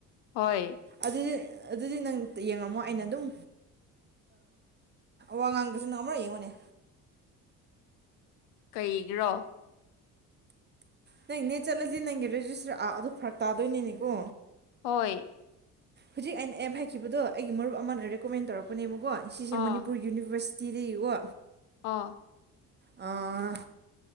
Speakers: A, on the left; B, on the right.
A: ꯍꯣꯏ
B: ꯑꯗꯨꯗꯤ ꯑꯗꯨꯗꯤ ꯅꯪ ꯌꯦꯡꯉꯝꯃꯣ ꯑꯩꯅ ꯑꯗꯨꯝ ꯋꯥ ꯉꯥꯡꯗ꯭ꯔꯁꯨ ꯅꯪ ꯑꯃꯔꯛ ꯌꯦꯡꯉꯣꯅꯦ
A: ꯀꯩꯒꯤꯔꯣ
B: ꯅꯪ ꯅꯦꯠ ꯆꯠꯂꯗꯤ ꯅꯪꯒꯤ ꯔꯦꯖꯤꯁꯇꯔ ꯑꯗꯨ ꯐꯔꯛ ꯇꯥꯗꯣꯏꯅꯤꯅꯦꯀꯣ
A: ꯍꯣꯏ
B: ꯍꯧꯖꯤꯛ ꯑꯩꯅ ꯑꯦꯞ ꯍꯥꯏꯈꯤꯕꯗꯣ ꯑꯩꯒꯤ ꯃꯔꯨꯞ ꯑꯃꯅ ꯔꯦꯀꯃꯦꯟ ꯇꯧꯔꯛꯄꯅꯦ ꯀꯣ ꯁꯤꯁꯦ
A: ꯑꯥ
B: ꯃꯅꯤꯄꯨꯔ ꯌꯨꯅꯤꯕꯔꯁ ꯇꯤ ꯗꯒꯤ ꯀꯣ
A: ꯑꯥ
B: ꯑ